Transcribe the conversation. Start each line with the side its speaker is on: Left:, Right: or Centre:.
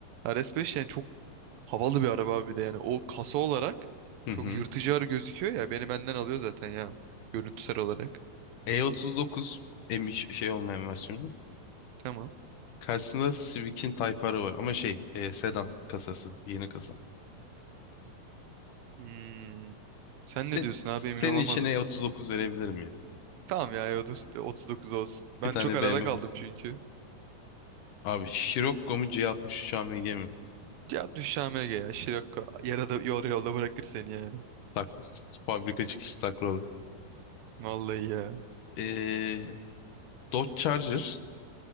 Right: R S beş yani çok Havalı bir araba abi bir de yani. O kasa olarak
Left: Hı
Right: çok
Left: hı.
Right: yırtıcı arı gözüküyor ya. Beni benden alıyor zaten ya. Görüntüsel olarak.
Left: E39 em- şey olmayan versiyonu.
Right: Tamam.
Left: Karşısında Civic'in Type R'ı var ama şey e, sedan kasası yeni kasa.
Right: Hmm. Sen
Left: Sen,
Right: ne diyorsun abi
Left: senin
Right: emin olamadım.
Left: için E39 verebilirim ya.
Right: Tamam ya E30 39 olsun. Ben
Left: Bir tane
Right: çok arada
Left: BMW.
Right: kaldım çünkü.
Left: Abi Scirocco mu C63 AMG mi?
Right: Ya düş ya. Şirokko. Yarada, yolda, yolda bırakır seni yani.
Left: Tak, fabrika çıkışı taklalı.
Right: Vallahi ya.
Left: E, Dodge Charger